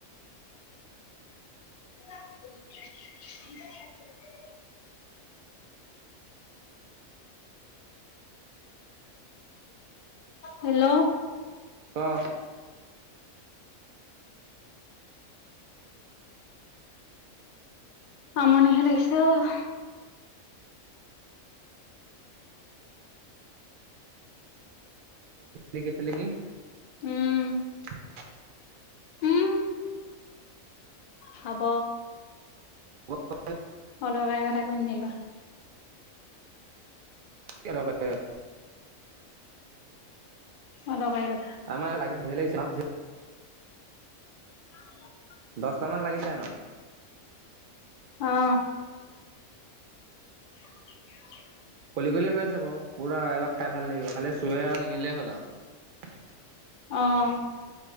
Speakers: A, on the left; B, on the right.
A: <unintelligible> হেল্ল'
B: ক
A: আমনি হে লাগিছে অহ।
B: ছেলেকি ছেলেকি?
A: উম।
B: <unintelligible>
A: উম হব।
B: <unintelligible>
A: অদৰকাৰী কথা কৈ ন থাকিবা।
B: কি অদকাৰি?
A: অদকাৰি।
B: আমাৰ এ ধেৰ লাগিছে। চ যে
A: <inaudible>
B: দছটামান লাগিছে ন?
A: অহ <unintelligible>
B: কলি কলি হৈ আছে বাৰু পুৰা এবাৰ খাই ভাল লাগিব খালি চুৰে আৰু নিনিলেই হ'ল আৰু
A: অঁ